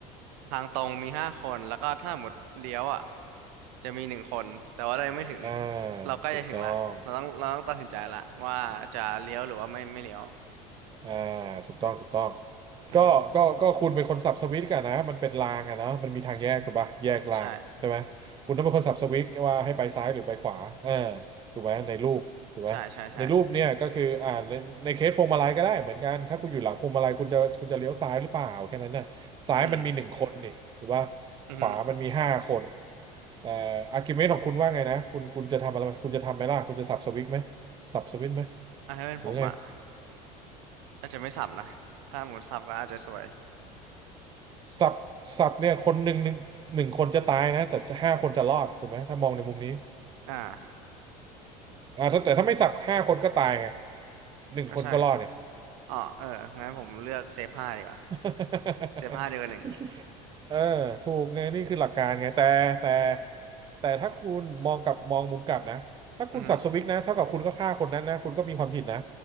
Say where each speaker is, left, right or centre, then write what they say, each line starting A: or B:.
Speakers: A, on the right; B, on the right.
A: ทางตรงมีห้าคนแล้วก็ถ้าหมดเลี้ยวอ่ะจะมีหนึ่งคนแต่ว่าเรายังไม่ถึง
B: อ่า
A: เราใกล้จะถึงละเราต้องเราต้องตัดสินใจละว่าจะเลี้ยวหรือว่าไม่ไม่เลี้ยว
B: ถูกต้อง อ่าถูกต้องถูกต้อง
A: อือฮึ
B: ก็ก็ก็คุณเป็นคนสับสวิตช์กันนะมันเป็นรางอะเนาะมันมีทางแยกถูกปะแยกรางใช่ไหมคุณต้องเป็นคนสับสวิตช์ว่าให้ไปซ้ายหรือไปขวาเออ
A: ใช่
B: ถูกไหมในรูปถูกไหมในรูปเนี่ยก็คืออ่าในในเคสพวงมาลัยก็ได้เหมือนกันถ้าคุณอยู่หลังพวงมาลัยคุณจะคุณจะเลี้ยวซ้ายหรือเปล่าแค่นั้นน่ะซ้ายมันมีหนึ่งคนนี่ถูกปะขวามันมีห้าคน
A: ใช่ใช่ใช่อืมอือฮึ
B: แต่อาร์กิวเมนต์ของคุณว่าไงนะคุณคุณจะทำอะไรคุณจะทำไหมล่ะคุณจะสับสวิตช์ไหมสับสวิตช์ไหม
A: อ่ะถ้าเป็นผมอ่ะ
B: หรือว่าไง
A: อาจจะไม่สับนะ ถ้าหมดสับก็อาจจะสวย
B: สับสับเนี่ยคนหนึ่งหนึ่งหนึ่งคนจะตายนะแต่ห้าคนจะรอดถูกไหมถ้ามองในมุมนี้
A: อ่า
B: อ่าถ้าแต่ถ้าไม่สับห้าคนก็ตายไงหนึ่งคนก็รอดเนี่ย
A: ก็ใช่อ๋อเอองั้นผมเลือกเซฟห้าดีกว่า
B: <laughs>
A: เซฟห้าดีกว่าหนึ่ง
B: เออถูกไงนี่คือหลักการไงแต่แต่แต่ถ้าคุณมองกลับมองมุมกลับนะถ้าคุณสับสวิกนะเท่ากับคุณก็ฆ่าคนนั้นนะคุณก็มีความผิดนะ
A: อือฮึ